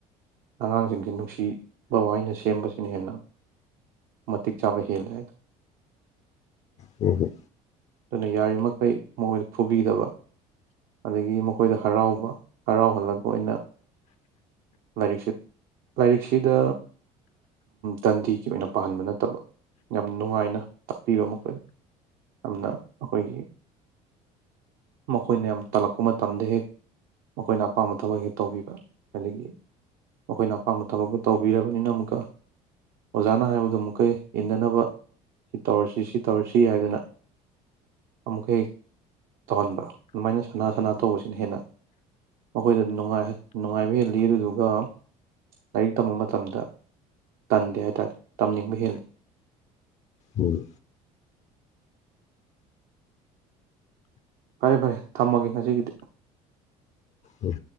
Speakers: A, on the right; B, on the left.
A: ꯑꯉꯥꯡꯁꯤꯡꯁ ꯅꯨꯡꯁꯤꯕ ꯋꯥꯅ ꯁꯦꯝꯕꯁꯤꯅ ꯍꯦꯟꯅ ꯃꯇꯤꯛ ꯆꯥꯕ ꯍꯦꯜꯂꯦ ꯍꯥꯏꯇꯥꯔꯦ
B: ꯍꯣꯏ ꯍꯣꯏ ꯍꯣꯏ
A: ꯑꯗꯨꯅ ꯌꯥꯔꯤꯕꯃꯈꯩ ꯃꯈꯣꯏꯗ ꯐꯨꯕꯤꯗꯕ ꯑꯗꯒꯤ ꯃꯈꯣꯏꯗ ꯍꯔꯥꯎꯕ ꯍꯔꯥꯎꯍꯜꯂꯒ ꯑꯣꯏꯅ ꯂꯥꯏꯔꯤꯛꯁꯤ ꯂꯥꯏꯔꯤꯛꯁꯤꯗ ꯗꯟꯗꯤꯒꯤ ꯑꯣꯏꯅ ꯄꯥꯍꯟꯕ ꯅꯠꯇꯕ ꯌꯥꯝ ꯅꯨꯡꯉꯥꯏꯅ ꯇꯥꯛꯄꯤꯕ ꯃꯈꯣꯏꯗ ꯌꯥꯝꯅ ꯑꯩꯈꯣꯏꯒꯤ ꯃꯈꯣꯏꯅ ꯌꯥꯝ ꯇꯜꯂꯛꯄ ꯃꯇꯝꯗ ꯍꯦꯛ ꯃꯈꯣꯏꯅ ꯑꯄꯥꯝꯕ ꯊꯕꯛ ꯍꯦꯛ ꯇꯧꯕꯤꯕ ꯑꯗꯒꯤ ꯃꯈꯣꯏꯅ ꯑꯄꯥꯝꯕ ꯊꯕꯛꯇꯣ ꯇꯧꯕꯤꯔꯕꯅꯤꯅ ꯑꯃꯨꯛꯀ ꯑꯣꯖꯥꯅ ꯍꯥꯏꯕꯗꯨꯣ ꯑꯃꯨꯛꯀ ꯍꯦꯛ ꯏꯟꯅꯅꯕ ꯁꯤ ꯇꯧꯔꯁꯤ ꯁꯤ ꯇꯧꯔꯁꯤ ꯍꯥꯏꯗꯅ ꯑꯃꯨꯛꯀ ꯍꯦꯛ ꯇꯧꯍꯟꯕ ꯑꯗꯨꯃꯥꯏꯅ ꯁꯅꯥ ꯁꯅꯥ ꯇꯧꯕꯁꯤꯅ ꯍꯦꯟꯅ ꯃꯈꯣꯏꯗ ꯅꯨꯡꯉꯥꯏꯕ ꯍꯦꯜꯂꯤ ꯑꯗꯨꯗꯨꯒ ꯂꯥꯏꯔꯤꯛ ꯇꯝꯕ ꯃꯇꯝꯗ ꯇꯟꯗꯦ ꯍꯥꯏ ꯇꯥꯔꯦ ꯇꯝꯅꯤꯡꯕ ꯍꯦꯜꯂꯤ
B: ꯎꯝ
A: ꯐꯔꯦ ꯐꯔꯦ ꯊꯝꯃꯒꯦ ꯉꯁꯤꯒꯤꯗꯤ
B: ꯎꯝ